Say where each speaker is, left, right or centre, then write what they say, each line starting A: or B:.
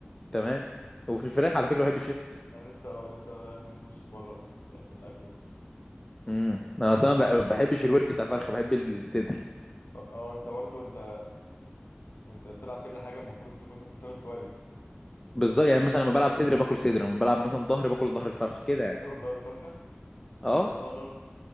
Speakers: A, on the left; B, on the left.
A: تمام وفي الفراخ على فكرة بحب الشيست
B: انا لسه أه، لسه لاعب بوش بوش بره في يعني في الاكل بقى.
A: امم انا اصلا ما بحبش الورك بتاع الفرخ بحب الصدر
B: اه اه، انت برضو انت انت بتلعب كذا حاجه المفروض تكون تاكل كويس
A: بالظبط يعني مثلا لما بلعب صدر باكل صدر لما بلعب مثلا ظهر باكل ظهر الفرخ كده يعني
B: تاكل دور الفرخه <laughs>
A: اه
B: انت بتهزر